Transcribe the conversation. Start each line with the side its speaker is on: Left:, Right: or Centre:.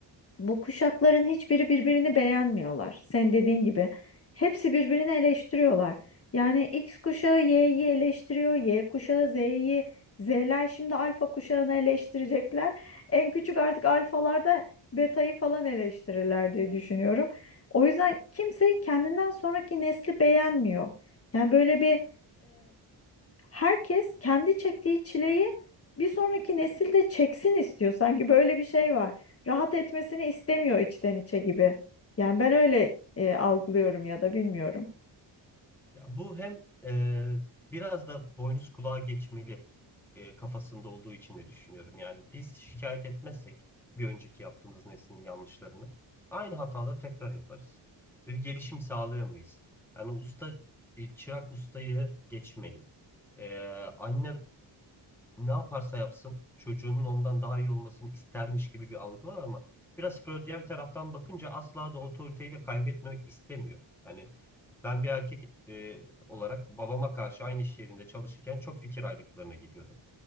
Left: bu kuşakların hiçbiri birbirini beğenmiyorlar. Sen dediğin gibi hepsi birbirini eleştiriyorlar. Yani X kuşağı Y'yi eleştiriyor, Y kuşağı Z'yi, Z'ler şimdi alfa kuşağını eleştirecekler. En küçük artık alfalarda betayı falan eleştirirler diye düşünüyorum. O yüzden kimse kendinden sonraki nesli beğenmiyor. Yani böyle bir herkes kendi çektiği çileyi bir sonraki nesil de çeksin istiyor. Sanki böyle bir şey var. Rahat etmesini istemiyor içten içe gibi. Yani ben öyle e, algılıyorum ya da bilmiyorum.
Centre: Ya bu hem e, biraz da boynuz kulağa geçmeli e, kafasında olduğu için de düşünüyorum. Yani biz şikayet etmezsek bir önceki yaptığımız neslin yanlışlarını aynı hataları tekrar yaparız. Ve bir gelişim sağlayamayız. Yani usta e, çırak ustayı geçmeli. E, anne ne yaparsa yapsın çocuğunun ondan daha iyi olmasını istermiş gibi bir algı var ama biraz Freudian taraftan bakınca asla da otoriteyi de kaybetmemek istemiyor. Hani ben bir erkek e, olarak babama karşı aynı iş yerinde çalışırken çok fikir ayrılıklarına gidiyordum.